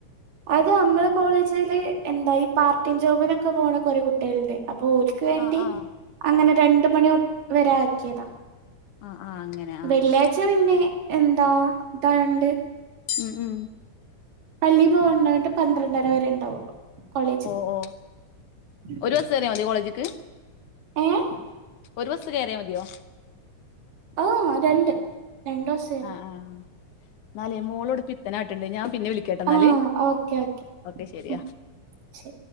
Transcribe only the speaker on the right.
അത് നമ്മളെ കോളേജില് എന്താ ഈ പാർട്ട് ടൈം ജോബിനൊക്കെ പോണ കൊറെ കുട്ട്യാളുണ്ട്, അപ്പൊ ഓര്. ക്ക് വേണ്ടി
അങ്ങനെ രണ്ട് മണി ഒ വരാക്കിയതാ
വെള്ള്യാഴ്ച പിന്നെ എന്താ ഇതായൊണ്ട്
പള്ളി പോവാണ്ടോണ്ട് പന്ത്രണ്ടര വരെ ഇണ്ടാവൊള്ളു കോളേജ്
ഉം
ഏഹ്.
ഓഹ് രണ്ട് രണ്ട് വസ്സ്
ആഹ് ഓക്കെ
ഉം ശരി